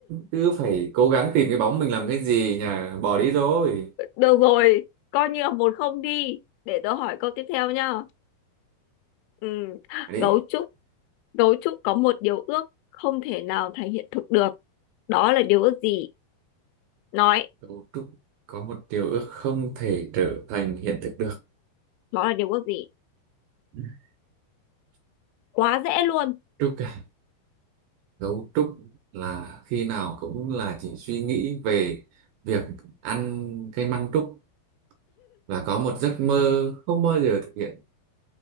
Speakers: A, on the right; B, on the left.
A: cứ phải cố gắng tìm cái bóng mình làm cái gì nhỉ bỏ đi rồi
B: được rồi coi như là một không đi để tớ hỏi câu tiếp theo nhá ừ
A: à đi
B: gấu trúc gấu trúc có một điều ước không thể nào thành hiện thực được đó là điều ước gì nói
A: cậu Trúc có một điều ước không thể trở thành hiện thực được
B: đó là điều ước gì
A: <laughs>
B: quá dễ luôn
A: Trúc à gấu trúc là khi nào cũng là chỉ suy nghĩ về việc ăn cây măng trúc và có một giấc mơ không bao giờ thực hiện